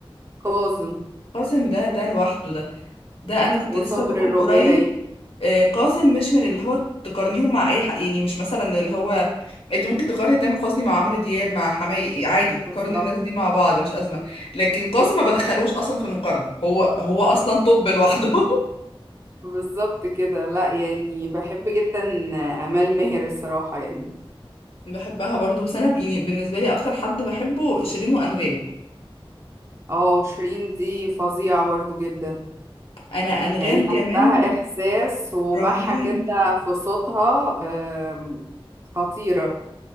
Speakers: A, on the right; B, on the left.
A: كاظم
B: قاسم ده ده لوحده ده ده انا كنت
A: وصابر
B: لسه بقول
A: الرباعي
B: قريب آه، قاسم مش من اللي هو تقارنيهم مع اي حق يعني مش مثلا اللي هو انت ممكن تقارني تامر حسني مع عمرو دياب مع حماقي عادي
A: بالظبط
B: قارني الناس دي مع بعض مش ازمه لكن قاسم ما بدخلوش اصلا في المقارنه هو هو اصلا طب لوحده <laughs>
A: بالظبط كده لا يعني بحب جدا امال ماهر الصراحه يعني
B: بحبها برضو بس انا ب- يعني بالنسبه لي اكتر حد بحبه شيرين وانغام
A: اه شيرين دي فظيعه برضو جدا
B: انا انغام
A: يعني
B: كمان
A: عندها إحساس وبحة
B: رهيب
A: كده في صوتها آم، خطيرة